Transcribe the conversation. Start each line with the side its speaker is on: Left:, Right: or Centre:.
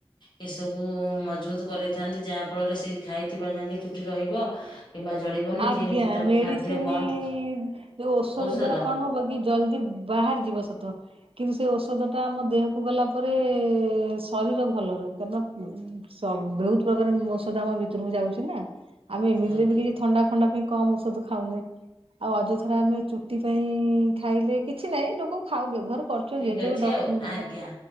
Left: କେଶକୁ ମଜବୁତ କରିଥାନ୍ତି ଯାହା ଫଳରେ ସେ ଖାଇଥିବା ଯାକେ ଚୁଟି ରହିବ କିମ୍ବା ଝଡିବନି
Right: ଆଜ୍ଞା
Left: ଯେମିତି ତାକୁ
Right: ମେଡିସିନି
Left: ଖାଦ୍ୟ ବନ୍ଦ
Right: ଏ ଓଷଦ
Left: ଔଷଧ
Right: ଦ୍ଵାରା କଣ ହବ କି ଜଲଦି ବାହ ହାରି ଯିବ ସତ କିନ୍ତୁ ସେ ଔଷଧ ଟା ଆମ ଦେହକୁ ଗଲା ପରେ ଶରୀର ଭଲ ରହିବନି କାରଣ ସ ବହୁତ ପ୍ରକାର ମୀଔଷଧ ଆମ ଭିତରକୁ ଯାଉଛି ନା ଆମେ ଏମିତିରେ
Left: ଆଜ୍ଞା
Right: ବି କିଛି ଥଣ୍ଡା ଫଣ୍ଡା ପାଇଁ କମ ଔଷଧ ଖାଉନେ ଆଉ ଅଯଥାରେ ଆମେ ଚୁଟି ପାଇଁ ଖାଇଲେ କିଛି ନାହିଁ ଲୋକ ଖାଉ ବ୍ୟବହାର କରୁଛନ୍ତି
Left: ଠିକ
Right: ଯେହେତୁ
Left: ଅଛି
Right: ଏବେ ଡକ୍-
Left: ଆଉ ଆଜ୍ଞା